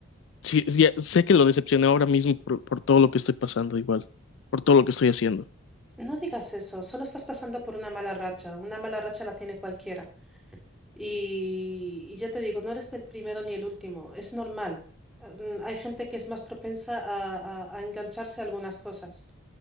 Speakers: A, on the left; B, in the centre.
A: sí, sí, ya sé que lo decepcioné ahora mismo por, por todo lo que estoy pasando igual, por todo lo que estoy haciendo.
B: no digas eso, solo estás pasando por una mala racha, una mala racha la tiene cualquiera. Y, y ya te digo, no eres el primero ni el último, es normal. Mm, Hay gente que es más propensa a a- a engancharse a algunas cosas.